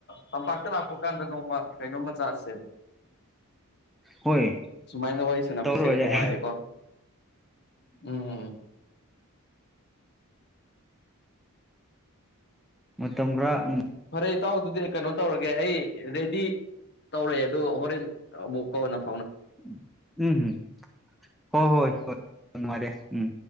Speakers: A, on the left; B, in the centre.
A: ꯇꯝꯄꯥꯛꯇ ꯂꯥꯛꯄ ꯀꯥꯟꯗ ꯅꯣꯡꯃ ꯀꯩꯅꯣ ꯃ ꯆꯥꯁꯦ
B: ꯍꯣꯏ
A: ꯁꯨꯃꯥꯏꯅ ꯋꯥꯔꯤ ꯁꯥꯟꯅꯕꯁꯦ
B: ꯇꯧꯔꯣꯏꯔꯦ
A: ꯅꯨꯡꯉꯥꯏꯌꯦꯀꯣ ꯎꯝ
B: ꯃꯇꯝ ꯈꯔ ꯎꯝ
A: ꯐꯔꯦ ꯏꯇꯥꯎ ꯑꯗꯨꯗꯤ ꯀꯩꯅꯣ ꯇꯧꯔꯒꯦ ꯑꯩ ꯔꯦꯗꯤ ꯇꯧꯂꯦ ꯑꯗꯨꯣ ꯍꯣꯔꯦꯟ ꯀꯅ
B: ꯎꯝ ꯎꯝ ꯍꯣ ꯍꯣꯏ ꯍꯣꯏ ꯅꯨꯉꯥꯏꯔꯦ ꯎꯝ